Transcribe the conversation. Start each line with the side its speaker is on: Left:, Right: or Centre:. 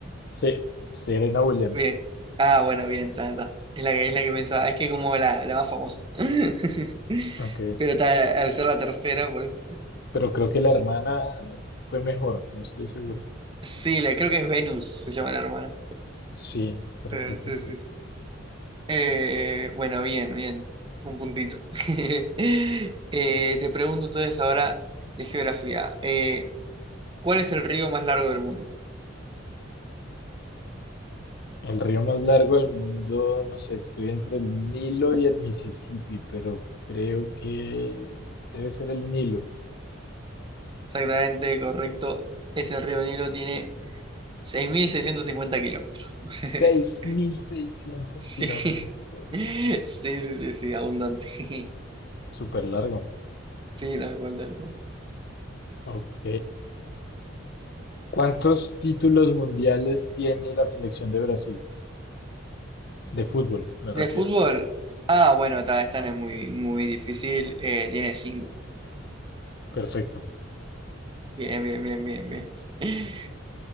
Left: Sí, Serena Williams.
Right: Bien. Ah, bueno, bien, está, está. Es la que, es la que pensaba, es que como la, la más famosa. <laughs>
Left: Ok.
Right: Pero está, al ser la tercera, por eso.
Left: Pero creo que la hermana fue mejor, no estoy seguro.
Right: Sí, la, creo que es Venus, se llama la hermana.
Left: Sí, pero
Right: Eh,
Left: creo
Right: sí,
Left: que sí.
Right: sí. sí. Eh, bueno, bien, bien. Un puntito. <laughs> Eh, te pregunto entonces ahora de geografía. Eh, ¿cuál es el río más largo del mundo?
Left: El río más largo del mundo, no sé, estoy entre el Nilo y el Mississippi, pero creo que debe ser el Nilo.
Right: Exactamente correcto. Ese río Nilo tiene 6.650 kilómetros. <laughs>
Left: Seis mil seiscientos
Right: Sí.
Left: kilómetros.
Right: Sí, sí, sí, sí, abundante. <laughs>
Left: Súper largo.
Right: Sí, tal cual, tal cual.
Left: Ok. ¿Cuántos títulos mundiales tiene la selección de Brasil? De fútbol, me refiero.
Right: De fútbol. Ah, bueno, está, esta no es muy, muy difícil. Eh, tiene 5.
Left: Perfecto.
Right: Bien, bien, bien, bien, bien. <laughs>